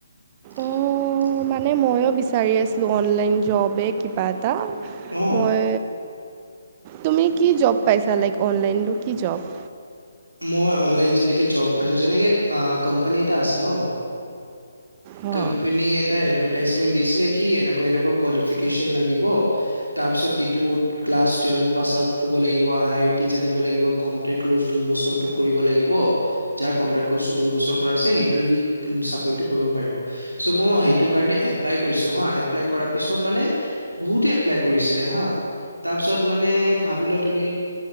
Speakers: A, on the right (about 85°); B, on the right (about 25°).
A: <unintelligible>
B: অঁ মানে ময়ো বিচাৰি আছিলোঁ অনলাইন জবে কিবা এটা।
A: অ
B: মই তুমি কি জব পাইছা লাইক অনলাইনটো কি জব।
A: মই অনলাইন যেনেকে জব পাইছো যেনেকে কোম্পানী এটা আছে ন।
B: অঁ
A: কোম্পানী এটা এড। এডভেটাইছমেন্ত দিছিলে এনেকুৱা এনেকুৱা কোৱালিফিকেশ্বন লাগিব তাৰ পিছত এইটো ক্লাছ পাছউট হব লাগিব আই আই টি জানিব লাগিব কমট্ৰে্ল'জ দুই বছৰ কৰিব লাগিব যাৰ কম্পউট্ কৰ্চটো দুইবছৰ কৰা আছে সেইটো চাকৰিটো কৰিব পাৰিব। চ' মই সেইটো কাৰণে এপলাই কৰিছো হা এপলাই কৰা পিছত মানে বহুতে এপ্লাই কৰিছিলে। হা তাৰ পিছত মানে ভাবিলোৱা তুমি